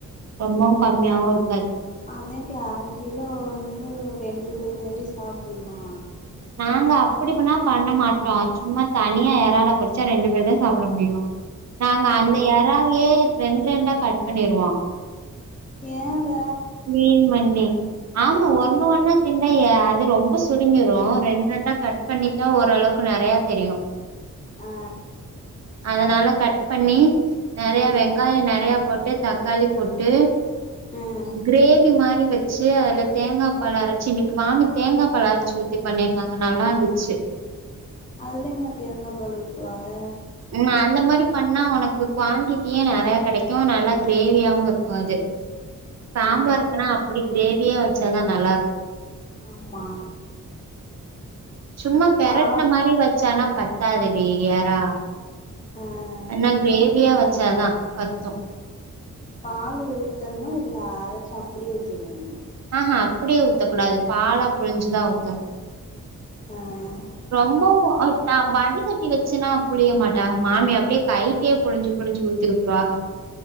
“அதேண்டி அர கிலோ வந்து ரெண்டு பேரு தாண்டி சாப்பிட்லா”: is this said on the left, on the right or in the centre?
Left